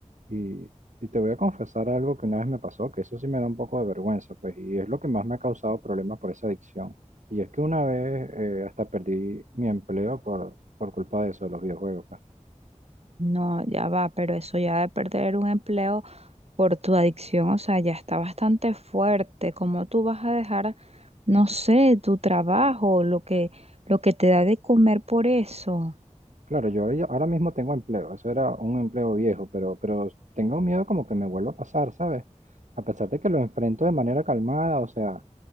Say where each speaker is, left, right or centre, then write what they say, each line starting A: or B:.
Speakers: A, on the right; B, on the right.
A: Y, y te voy a confesar algo que una vez me pasó, que eso sí me da un poco de vergüenza, pues, y es lo que más me ha causado problemas por esa adicción. Y es que una vez eh, hasta perdí mi empleo por, por culpa de eso, de los videojuegos, pues.
B: No, ya va, pero eso ya de perder un empleo por tu adicción, o sea, ya está bastante fuerte. ¿Cómo tú vas a dejar, no sé, tu trabajo, lo que, lo que te da de comer por eso?
A: Claro, yo ahora ahora mismo tengo empleo, eso era un empleo viejo, pero, pero tengo miedo como que me vuelva a pasar, ¿sabes? A pesar de que lo enfrento de manera calmada, o sea,